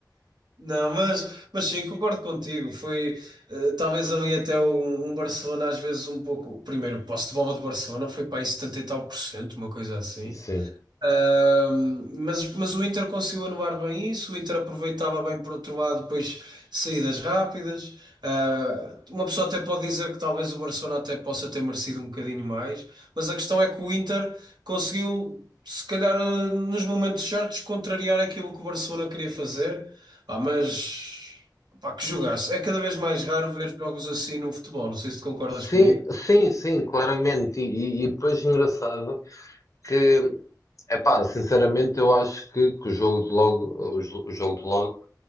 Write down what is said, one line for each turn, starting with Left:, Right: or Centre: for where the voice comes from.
Right: Não, mas, mas sim, concordo contigo. Foi eh, talvez ali até um, um Barcelona, às vezes um pouco. Primeiro, o posse de bola de Barcelona foi para aí 70 e tal por cento, uma coisa assim.
Left: Sim.
Right: Ahm, mas, mas o Inter conseguiu anular bem isso, o Inter aproveitava bem por outro lado, depois saídas rápidas. Ah, uma pessoa até pode dizer que talvez o Barcelona até possa ter merecido um bocadinho mais, mas a questão é que o Inter conseguiu, se calhar, ah, nos momentos certos, contrariar aquilo que o Barcelona queria fazer. Ah, mas pá, que jogaço! É cada vez mais raro ver jogos assim no futebol. Não sei se tu concordas
Left: Sim,
Right: comigo.
Left: sim, sim, claramente. E, e e depois engraçado que, epá, sinceramente eu acho que, que o jogo de logo, o, jo- o jogo de logo